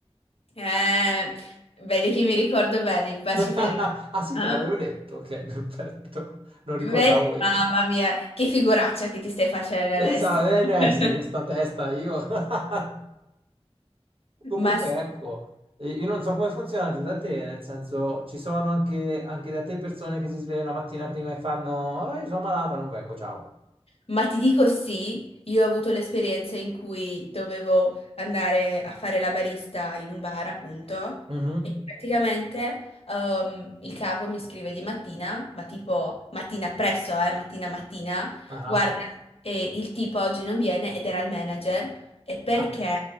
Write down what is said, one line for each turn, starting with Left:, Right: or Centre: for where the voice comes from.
Left: Eh, vedi che mi ricordo bene, i baci
Right: <laughs>
Left: perugino.
Right: Ah sì,
Left: Ah,
Right: te l'avevo detto. Ok, <laughs> perfetto. Non ricordavo
Left: Vedi,
Right: io.
Left: mamma mia, che figuraccia che ti stai facendo
Right: Esatto,
Left: adesso.
Right: eh,
Left: <laughs>
Right: eh, sì, con sta testa io. <laughs> Comunque,
Left: Ma sì,
Right: ecco, eh, io non so come funziona giù da te, nel senso, ci sono anche, anche da te persone che si svegliano la mattina prima e fanno, "Ah, io sono malata, non vengo, ciao.
Left: Ma ti dico sì, io ho avuto l'esperienza in cui dovevo andare a fare la barista in un bar, appunto,
Right: Mhm.
Left: e praticamente ehm, il capo mi scrive di mattina, ma tipo mattina presto, eh, mattina mattina,
Right: Ah,
Left: guarda, e il tipo oggi non viene ed era il manager, e perché
Right: ah,